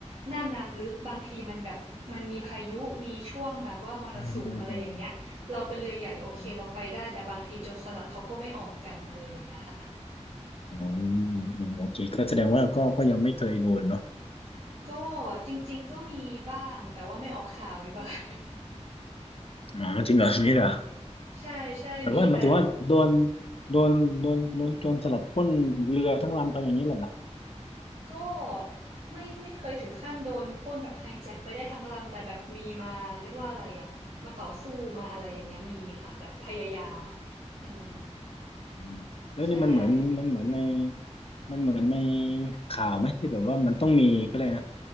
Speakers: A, on the right; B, on the left.
A: หน้าน้ำลึกบางทีมันแบบมันมีพายุมีช่วงแบบว่ามรสุมอะไรอย่างเงี้ยเราเป็นเรือใหญ่โอเคเราไปได้แต่บางทีโจรสลัดเขาก็ไม่ออกกันอะไรอย่างเงี้ยค่ะ
B: อืมอืมอืมอืมอ๋ออือืมโอเคก็แสดงว่าก็ก็ยังไม่เคยโดนเนาะ
A: ก็จริงๆก็มีบ้างแต่ว่าไม่ออกข่าวดีกว่า <laughs>
B: อ๋อจริงเหรอมีเหรอ
A: ใช่ใช่มีแต่
B: แบบว่าหมายถึงว่าโดนโดนโดนโดนโจรสลัดปล้นเรือทั้งลำไปอย่างนี้เลยเหรอ
A: ก็ไม่ไม่เคยถึงขั้นโดนปล้นแบบไฮแจ็คไปได้ทั้งลำแต่แบบมีมาเรียกว่าอะไรอ่ะมาต่อสู้มาอะไรอย่างเงี้ยมีค่ะแบบพยายามอ่ะอืม
B: อืมแล้วนี่มันเหมือนมันเหมือนใน
A: ใช่
B: มันเหมือนในข่าวไหมที่แบบว่ามันต้องมีก็เลยกนะ